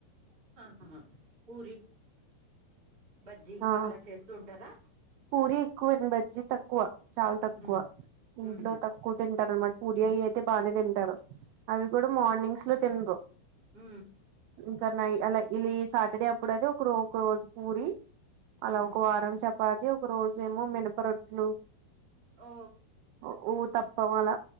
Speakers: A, on the right; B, on the right.
A: ఆహ పూరి బజ్జి
B: ఆ
A: అట్లా చేస్తూ ఉంటారా.
B: పూరి ఎక్కువే బజ్జీ తక్కువ చాలా తక్కువ
A: హ్మ్ హ్మ్
B: ఇంట్లో తక్కువ తింటారనమాట. పూరి అయి అయితే బానే తింటారు అవి కూడా మార్నింగ్స్ లో తినరు.
A: ఉ.
B: ఇంకా నై అలా ఇలు ఈ శాటర్డే అప్పుడు అయితే ఒక ఒక రోజు పూరి. అలా ఒక
A: హ్మ్
B: వారం చపాతి ఒక రోజేమో మినప రొట్లు
A: ఓ
B: ఒ ఊతప్పం అలా